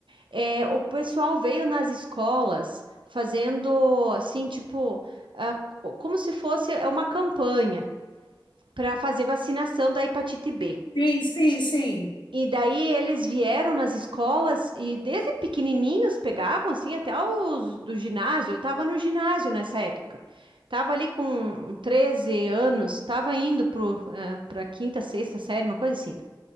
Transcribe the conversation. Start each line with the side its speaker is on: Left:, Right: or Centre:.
Right: É, o pessoal veio nas escolas fazendo assim, tipo, ah, como se fosse é, uma campanha para fazer vacinação da hepatite B.
Left: Sim, sim, sim.
Right: E daí eles vieram nas escolas e desde pequenininhos pegavam assim até os do ginásio. Eu tava no ginásio nessa época. Tava ali com 13 anos, tava indo pro, ah, pra quinta, sexta série, uma coisa assim.